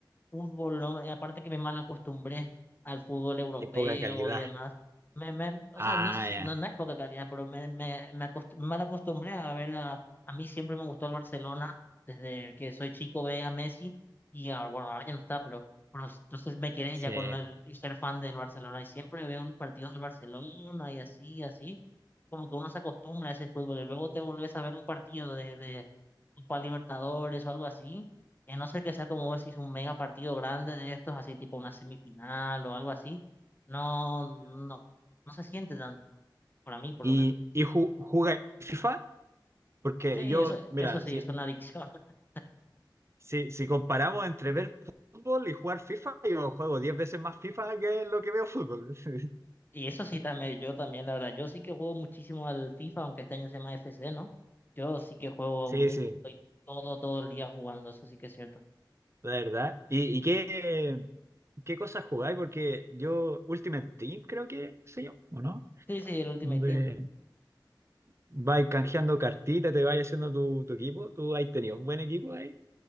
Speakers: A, on the left (about 25°); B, on the right (about 35°).
A: fútbol, ¿no? Y aparte que me mal acostumbré al fútbol europeo
B: Hay poca calidad.
A: y demás. Me, me, o
B: Ah,
A: sea, no sé
B: ya,
A: si, no, no es poca calidad, pero me, me, me, acost- me mal acostumbré a ver a, a mí siempre me gustó el Barcelona, desde que soy chico ve a Messi y ahora, bueno, ahora ya no está, pero, pero entonces me quedé
B: sí.
A: ya con el y ser fan del Barcelona y siempre veo los partidos del Barcelona y así, así como que uno se acostumbra a ese fútbol y luego te volvés a ver un partido de, de Copa Libertadores o algo así, y a no ser que sea como vos decís, un mega partido grande de estos, así tipo una semifinal o algo así, no, no, no se siente tanto, para mí por
B: y,
A: lo menos.
B: y ju- jugar FIFA, porque
A: Sí,
B: yo,
A: eso,
B: mira,
A: eso sí,
B: si,
A: es una adicción. <laughs>
B: si, si comparamos entre ver fútbol y jugar FIFA, yo juego 10 veces más FIFA que lo que veo fútbol. <laughs>
A: Y eso sí también, yo también, la verdad, yo sí que juego muchísimo al FIFA, aunque este año se llama FC, ¿no? Yo sí que juego
B: Sí,
A: mucho
B: sí,
A: y todo, todo el día jugando, eso sí que es cierto.
B: la verdad. ¿Y, y qué, qué cosas jugáis? Porque yo, Ultimate Team, creo que sé yo ¿o no?
A: Sí, sí, el Ultimate
B: Donde
A: Team, ¿no?
B: vais canjeando cartitas, te vais haciendo tu, tu equipo. ¿Tú has tenido un buen equipo ahí?